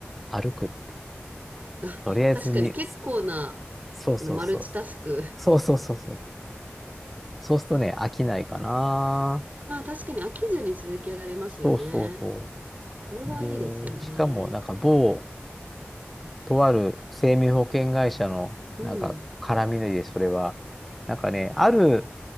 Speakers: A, in the centre; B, on the right.
A: 歩くって、
B: あ、
A: とりあえずに、
B: 確かに結構な、
A: そうそうそう。
B: あの、マルチタスク。
A: そうそうそうそう。そうするとね、
B: そう。
A: 飽きないかな。
B: まあ確かに飽きずに続けられますよね。
A: そうそうそ
B: それはいいですよね。
A: う。で、しかもなんか某、とある生命保険会社の、
B: うん。
A: なんか、絡みで、それは。なんかね、ある